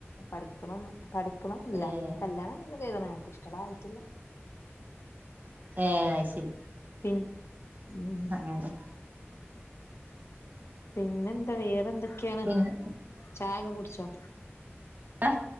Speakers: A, on the left; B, on the right.
A: പഠി ക്ക്ന്ന് പഠിക്ക് പഠിക്കണന്നുല്ല
B: ഏഹ്
A: ഞാൻ കല്യാനൊക്കെ <unintelligible> കുട്ടികളായിട്ടില്ല
B: ഏ അയ് ശരി
A: പിൻ ഉം
B: അങ്ങനെ
A: പിന്നെ എന്താ വേറെ എന്തൊക്കെയാണ്
B: പിന്നെ
A: ചായൊക്കെ കുടിച്ചോ
B: ആ